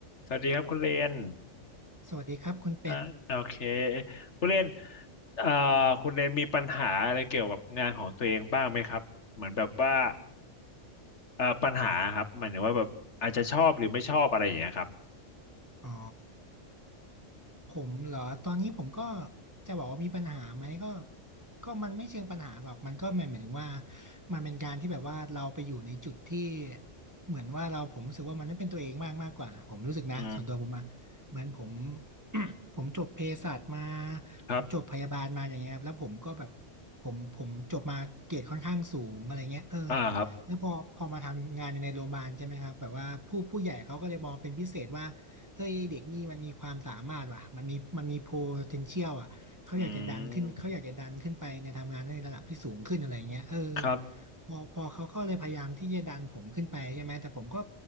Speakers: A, on the left (about 65°); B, on the right (about 15°).
A: สวัสดีครับคุณเลน
B: สวัสดีครับคุณเป็ด
A: อ่าโอเคคุณเลนเอ่อคุณเลนมีปัญหาอะไรเกี่ยวกับงานของตัวเองบ้างไหมครับเหมือนแบบว่าเอ่อปัญหาครับหมายถึงว่าแบบอาจจะชอบหรือไม่ชอบอะไรอย่างเงี้ยครับ
B: อ๋อผมเหรอตอนนี้ผมก็จะบอกว่ามีปัญหาไหมก็ก็มันไม่เชิงปัญหาหรอกมันก็หมายหมายถึงว่ามันเป็นการที่แบบว่าเราไปอยู่ในจุดที่เหมือนว่าเราผมรู้สึกว่ามันไม่เป็นตัวเองมากมากกว่าผมรู้สึกนะส่วนตัวผมอะเหมือนผม
A: อืม
B: <coughs> ผมจบเภสัชมา
A: ครับ
B: ผมจบพยาบาลมาอย่างเงี้ยครับแล้วผมก็แบบผมผมจบมาเกรดค่อนข้างสูงอะไรเงี้ยเออ
A: อ่าครับ
B: แล้วพอพอมาทำงานอยู่ในโรงพยาบาลใช่ไหมครับแบบว่าผู้ผู้ใหญ่เขาก็เลยมองเป็นพิเศษว่า เฮ้ยเด็กนี่มันมีความสามารถว่ะมันมีมันมี potential อ่ะเขาอยากจะดันขึ้นเขาอยากจะดันขึ้นไปในทำงานในระดับที่สูงขึ้นอะไรเงี้ยเออ
A: อืมครับ
B: พอพอเขาก็เลยพยายามที่จะดันผมขึ้นไปใช่ไหมแต่ผมก็